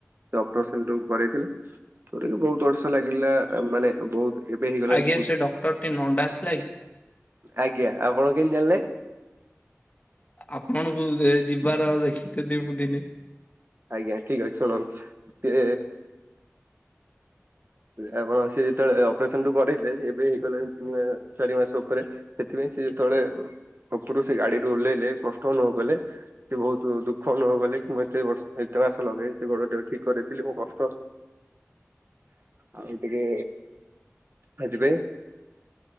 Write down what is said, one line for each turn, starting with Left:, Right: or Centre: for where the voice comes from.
Right: ସେ ଅପରେସନ ଯୋ କରେଇଥିଲେ ଥରିକ ବହୁତ ବର୍ଷ ଲାଗିଲା ମାନେ ବହୁତ ଏବେ ହେଇଗଲାଣି
Left: ଆଜ୍ଞା ସେ ଡକ୍ଟର ଟି ନଣ୍ଡା ଥିଲା କି?
Right: ଆଜ୍ଞା ଆପଣ କେମତି ଜାଣିଲେ?
Left: ଆପଣଙ୍କୁ ଯିବାର ଦେଖିଥିଲି ମୁଁ ଦିନେ
Right: ଆଜ୍ଞା ଠିକ ଅଛି ଶୁଣନ୍ତୁ ଆପଣ ସେ ଯେତେବେଳେ ଅପରେସନ ଟୁ କରେଇଲେ ଏବେ ହେଇଗଲେଣି ତିନି ମାସ ଚାରି ମାସ ଉପରେ ସେଥିପାଇଁ ସେ ଯେତେବେଳେ ଉପରୁ ସେ ଗାଡିରୁୁ ଓହ୍ଲେଇଲେ କଷ୍ଟ ଅନୁଭବ କଲେ ସେ ବହୁତ ଦୁଃଖ ଅନୁଭବ କଲେ କି ମତେ ଏ ବର୍ଷ ଏତେ ମାସ ଲଗେଇ ସେ ଗୋଡ ଟ ଠିକ୍ କରିଥିଲି ମୁଁ କଷ୍ଟ ଆଉ ଗ ଟିକେ ଖଜିବେ